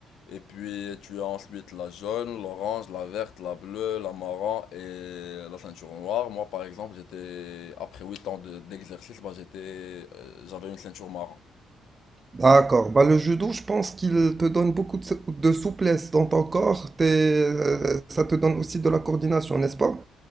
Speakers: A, on the left; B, on the right.
A: et puis tu as ensuite la jaune, l'orange, la verte, la bleue, la marron et la ceinture noire. Moi, par exemple, j'étais, après 8 ans de- d'exercice, bah, j'étais, euh, j'avais une ceinture marron.
B: D'accord. Bah, le judo, je pense qu'il te donne beaucoup de, sou- de souplesse dans ton corps. T'es- euh, ça te donne aussi de la coordination, n'est-ce pas?